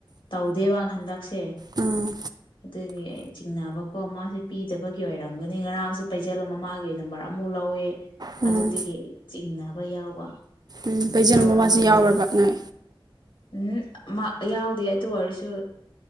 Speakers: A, on the left; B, on the right.
A: ꯇꯧꯗꯦꯕ ꯍꯟꯗꯛꯁꯦ
B: ꯑꯥ
A: ꯑꯗꯨꯒꯤ ꯑꯩ ꯆꯤꯡꯅꯕꯀꯣ ꯃꯥꯁꯦ ꯄꯤꯗꯕꯒꯤ ꯑꯣꯏꯔꯝꯒꯅꯤ ꯉꯔꯥꯡꯁꯨ ꯄꯩꯖꯜꯂꯨ ꯃꯃꯥꯒꯤ ꯅꯝꯕꯔ ꯑꯃꯨꯛ ꯂꯧꯋꯦ
B: ꯎꯝ
A: ꯑꯗꯨꯗꯒꯤ ꯆꯤꯛ ꯅꯥꯕ ꯌꯥꯎꯕ
B: ꯎꯝ ꯄꯩꯖꯦꯜ
A: ꯂꯧꯔꯝꯕ
B: ꯃꯃꯁꯨ ꯌꯥꯎꯔꯕ
A: ꯌꯥꯏ
B: ꯎꯝ
A: ꯎꯝ ꯃꯥ ꯌꯥꯎꯗꯦ ꯑꯗꯨ ꯑꯣꯏꯔꯁꯨ